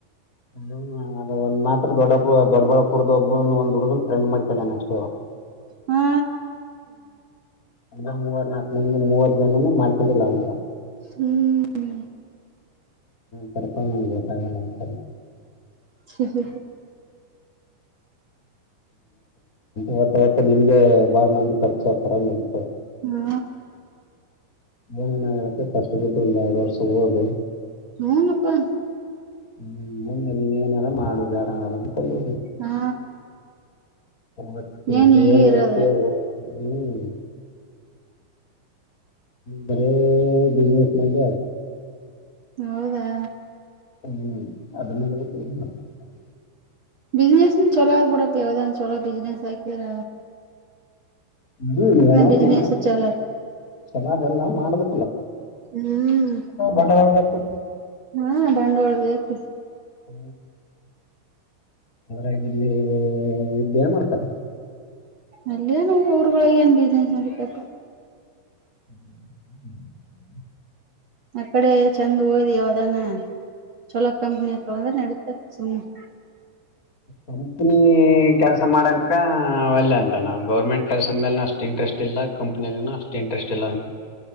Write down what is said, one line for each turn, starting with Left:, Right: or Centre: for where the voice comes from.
Left: ಅ ಒಂದ ಮಾತ್ರ ದೊಡ್ಡ ದೊಡ್ಡಬಾ ಪುರದ ಒಬ್ಬ ಒಂದ್ ಹುಡ್ಗನ್ ಫ್ರೆಂಡ್ ಮಾಡ್ ಎ ನಷ್ಟ
Right: ಹಾ
Left: ಅ ಮೂವರ್ ನಾಲ್ಕು ಮಿಂದ ಮೂವರ್ ಜನನು ಮಾಡ್ಕೊಂಡಿಲ್ಲ ಅಲ್
Right: ಹ್ಮ್
Left: ಕರ್ಕೋ ಬಂದೆ ಲೇಟ್ ಆಗಲ್ಲ ಅಂತ
Right: ಹ ಹಾ ಹ
Left: ಹ ಅವತ್ತ ನಿಮಗೆ ಬಾಳ ಮಂದಿ ಪರಿಚಯ ತರ ನಡೀ
Right: ಹ್ಮ
Left: ನ್ ನ ಆಗಲತ್ತ ಕಷ್ಟದ್ದು ಒಂದು ಎರಡು ವರ್ಷ ಹೋದು
Right: ಹಾ ಅಪ್ಪಾ
Left: ಹ್ಮ್ ಮುಂದೆ ನೀನ್ ಏನಾರ ಮಾಡು ಬೇಡನಾರ ಅಂತಂದಿ
Right: ಹಾ
Left: ಮತ್ತೆ
Right: ಏನ್
Left: ಬೇನು
Right: ಹೀಗೆ ಇರೋದು
Left: ಹೊತ್ತೆ ಹ್ಮ್ ಬರ ಬಿಜನೆಸ್ ಮೈಗ
Right: ಹೌದಾ
Left: ಹ್ಮ್ ಅದ ನೊಡೋಬೇಕ ಇದುನೋಡಬೇಕ್
Right: ಬಿಸಿನನೆಸ್ ನೂ ಚಲೋ ಆದ ಬುಡಪ್ಪ ಯಾವ್ದ ಚಲೋ ಬಿಸಿನನೆಸ್ ಆರಿದ್ರ
Left: ಹ್ಮ್ ಏನನ
Right: ಬಿಸ್ನೆಸ್
Left: ಮಾಡಮ
Right: ಚಲೋ
Left: ಚಲೋದೆಲ್ಲ ಮಾಡಬೇಕು
Right: ಹ್ಮ್
Left: ಬಂಡವಾಳ ಬೇಕು
Right: ಹಾ ಬಂಡವಾಳ ಬೇಕು
Left: ಹ ಅದರಾಗಿಲ್ಲಿ ಇದ್ದ ಏನ್ ಮಾಡ್ತಾರ
Right: ಅಲ್ಲೆನ ಊರುಗಳ ನ್ ಬಿಸಿನನೆಸ್ ನಡಿತದಪ್ಪ
Left: ಹ್ಮ
Right: ಆ ಕಡೆ ಚೆಂದ್ ಓದಿ ಯಾವದಾನ ಚೊಲೋ ಕಂಪನಿಯ ತೊಗಂಡ್ರ ನ ಡಿತಾದ ಸುಮ್ಮನೆ
Left: ಕಂಪನಿ ಕೆಲ್ಸ ಮಾಡಕ ಒಲ್ಲೆ ಅಂತ ನಾವವು ಗೌರ್ಮೆಂಟ್ ಕೆಲ್ಸದ ಮೇಲೆ ನೆ ಅಷ್ಟ ಅಷ್ಟ ಇಂಟ್ರೆಸ್ಟ್ ಇಲ್ಲ ಕಂಪ್ನಿ ಅಷ್ಟ ಇಂಟ್ರೆಸ್ಟ್ ಇಲ್ಲ ಅವನಿಗೆ